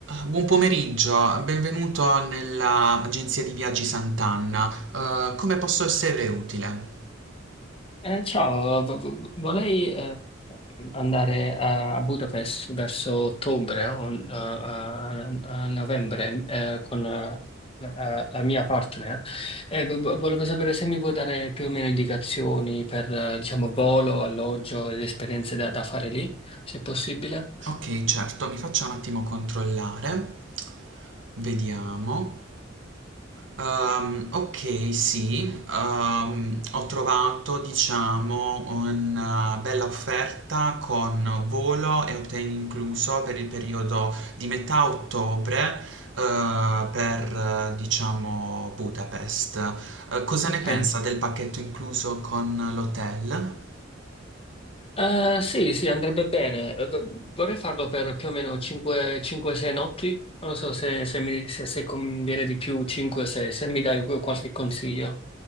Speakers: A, on the right; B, on the left.
A: Buon pomeriggio, benvenuto nella agenzia di viaggi Sant'Anna. Eh, come posso esserle utile?
B: Eh, ciao, v- v- vorrei eh, andare a, a Budapest verso ottobre o eh, a, a- a novembre eh, con eh, la, la mia partner. E v- v- volevo sapere se mi può dare più o meno indicazioni per eh, diciamo, volo, alloggio ed esperienze da, da fare lì, se possibile.
A: Ok, certo, mi faccia un attimo controllare. Vediamo. Ehm, ok, sì, ehm, ho trovato, diciamo, una bella offerta con volo e hotel incluso per il periodo di metà ottobre, eh, per, eh, diciamo, Budapest. Eh, cosa
B: Ok.
A: ne pensa del pacchetto incluso con l'hotel?
B: Eh, sì, sì, andrebbe bene. Eh, do- Vorrei farlo per più o meno 5-6 notti. Non so se, se mi, se, se conviene di più 5-6, se mi dai qualche consiglio.